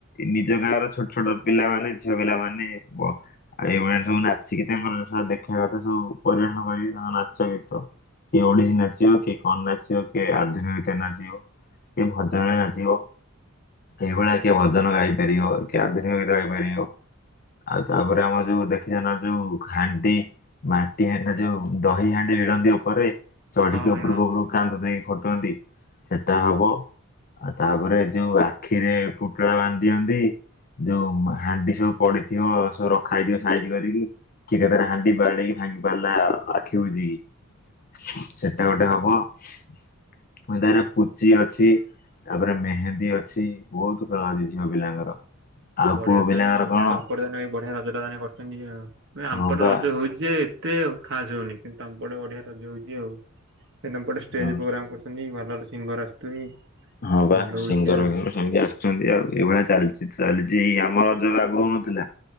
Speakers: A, on the left; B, on the right.
A: ନିଜ ଗାଁର ଛୋଟ ଛୋଟ ପିଲାମାନେ ଝିଅ ପିଲାମାନେ ବ ଆଉ ଏଇଭଳିଆ ସବୁ ନାଚିକି ତାଙ୍କରା ଦେଖିବା କଥା ସବୁ ପରରିିବେନ କରିକି ତାଙ୍କ ନାଚ ଗୀତ କିଏ ଓଡିଶୀ ନାଚିବ କିଏ କଣ ନାଚିବା କିଏ ଆଧୁନିକୀତା ନାଚିବ। କିଏ ଭଜନରେ ନାଚିବ ଏଇଭଳିଆ କିଏ ଭଜନ ଗାଇ ପାରିବ। କିଏ ଆଧୁନିକ ଗୀତ ଗାଇପାରିବ ଆଉ ତାପରେ ଆମର ଯୋଉ ଦେଖିଛ ନା ଯୋଉ ହାଣ୍ଡି? ମାଟି ହାଣ୍ଡି ରେ ଯୋଉ ଦହି ହାଣ୍ଡି ବିିଡନ୍ତି ଉପରେ ଚଢିକି
B: ହଁ ଭାଇ
A: ଉପରକୁ
B: ହଁ
A: ଉପର କାନ୍ତ ଦେଇକି ଫଟନ୍ତି ସେଟା ହବ। ଆଉ ତାପରେ ଯୋଉ ଆଖିରେ ପୋଟଳା ବାନ୍ଧି ଦିଅନ୍ତି ଯୋଉ ହାଣ୍ଡି ସବୁ ପଡିଥିବ ସବୁ ରଖା ହେଇଥିବ ସାଇଜ କରିକି କି କେଥଟା ହାଣ୍ଡି ବାଡେଇକି ଭାଙ୍ଗି ପାରିଲା ଆଖି ବୁଜିକି। ସେଟା ଗୋଟେ ହବ <unintelligible> ଏଟରେ ପୁଚି ଅଛି। ତାପରେ ମେହେନ୍ଦୀ ଅଛି ବହୁତ ଖେଳ ଅଛି ଝିଅ ପିଲାଙ୍କର। ଆଉ
B: ଏ ବଢିଆ
A: ପୁଅ ପିଲାଙ୍କର
B: ତାନେ ଆଉ
A: କଣ
B: ତମ୍ପଟେ ଦାନ ଏ ବଢିଆ ରଜ ଟାନେ କରଛନ୍ତି ଆଉ ଆମ୍ପଟେ
A: ହଁ ବା
B: ରଜ ହଉଛି ଯେ ଏତେ ଖାସ ହଉନି କିନ୍ତୁ ତାଂପଟେ ବଢିଆ ରଜ ହୋଉଛି ଆଉ। ହୀନ ପଟେ ଷ୍ଟେଜ
A: ହଁ।
B: ପ୍ରୋଗ୍ରାମ କରୁଛନ୍ତି ଭଲ ଭଲ ସିଙ୍ଗର ଆସୁଥିବେ।
A: ହଁ ବା
B: ଭଲ
A: ସିଙ୍ଗର
B: ହଉଛି ଆଉ।
A: ପିଙ୍ଗର ସେମିତି ଆ ସନ୍ତି ଆଉ ଏଇଭଳିଆ ଚାଲିଛି ଚାଲିଛି ଆମ ରଜରେ ଆଗରୁ ହଉନଥିଲା?